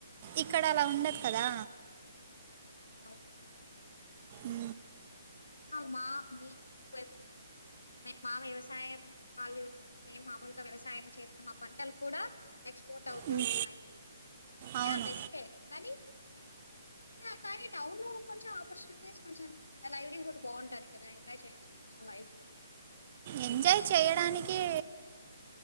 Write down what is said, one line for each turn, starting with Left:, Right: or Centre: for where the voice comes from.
Right: ఇక్కడ అలా ఉండదు కదా
Left: అవునవును
Right: మ్
Left: మా మీ <inaudible> ప్ మె మా వ్యవసాయం వాళ్ళు మేము మామూలుగా వ్యవసాయం చేసిన మా పంటలు కూడా ఎక్స్పోర్ట్ అవుతూ
Right: ఉమ్,
Left: ఉంటాయి
Right: అవును
Left: యా బెస్టే కనీ యా కానీ టౌన్ లో కొంచెం ఆపర్చునిటీస్ కొంచెం లైవ్లీహుడ్ బావుంటది కదా ఎంజాయ్ చేయొచ్చు కొంచెం లైఫ్
Right: ఎంజాయ్ చేయడానికే